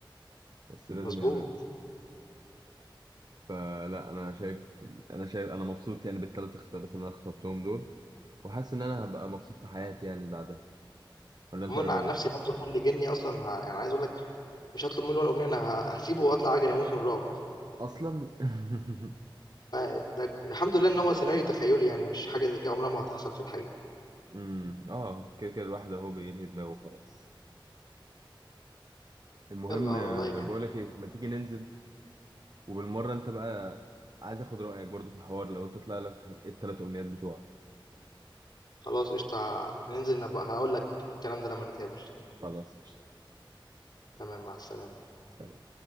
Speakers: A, on the right; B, on the left.
A: <laughs> بس لازم
B: مظبوط
A: يعملها فلا أنا شايف أنا شايف أنا مبسوط يعني بالثلاث اختيارات اللي أنا اخترتهم دول وحاسس إن أنا هبقى مبسوط في حياتي يعني بعدها ولا أنت
B: منع
A: إيه رأيك؟
B: عن نفسي لو ظهر لي جني اصلا ه... يعني عايز اقول لك مش هطلب منه ولا امنيه انا ه- هسيبه واطلع اجري اموت من الرعب
A: أصلا <laughs>
B: آه، ده الحمد لله ان هو سيناريو تخيلي يعني مش حاجه زي كده عمرها ما هتحصل في الحقيقه
A: أمم، آه كده كده الواحد أهو بيلهي دماغه خلاص المهم
B: يلا والله
A: آه،
B: كده
A: بقولك إيه ما تيجي ننزل وبالمرة انت بقى عايز اخد رأيك برضو في الحوار لو انت طلع لك التلات امنيات بتوعك
B: خلاص قشطه ننزل نبقى هقول لك الكلام ده لما نتقابل
A: خلاص قشطة
B: تمام مع السلامه
A: سلام